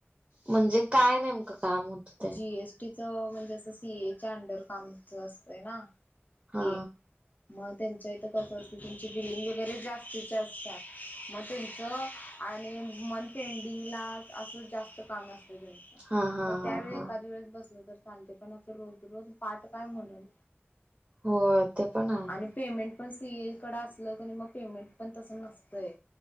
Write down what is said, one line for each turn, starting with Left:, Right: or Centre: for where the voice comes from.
Right: म्हणजे काय नेमकं काम होत ते?
Left: जीएसटीच म्हणजे असं सीएच्या अंडर कामच असतय ना.
Right: हा
Left: ते मग त्यांच्या इथं कसं असतंय त्यांची बिल्डिंग वगैरे जास्तीचे असतात मग त्यांच आणि मन पेंडिंगला असं जास्त काम असतं
Right: हा हा
Left: मग
Right: हा
Left: त्यावेळी
Right: हा
Left: एखाद वेळेस बसलं तर चालतय पण असं रोज, रोज पाठ काय म्हणल.
Right: हो ते पण आहे
Left: आणि पेमेंट पण सीए कड असलं कनई मग पेमेंट पण तस नसतंय